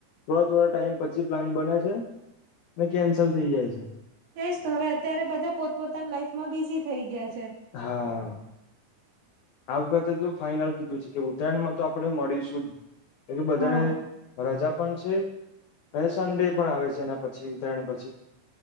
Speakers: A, on the left (about 85°); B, on the right (about 85°).
A: થોડા-થોડા ટાઈમ પછી પ્લાન બને છે, ને કેન્સલ થઈ જાય છે.
B: તેજ તો, હવે અત્યારે બધા પોતપોતાની લાઈફમાં બિઝી થઈ ગયા છ
A: હા. આ વખતે તો જો ફાઈનલ કીધું છે કેવું ઉત્તરાયણમાં તો આપણે મળીશું જ. કેમ કે બધાને
B: હા
A: રજા પણ છે અને <unintelligible> ડે પણ આવે છે એના પછી ઉત્તરાયણ પછી.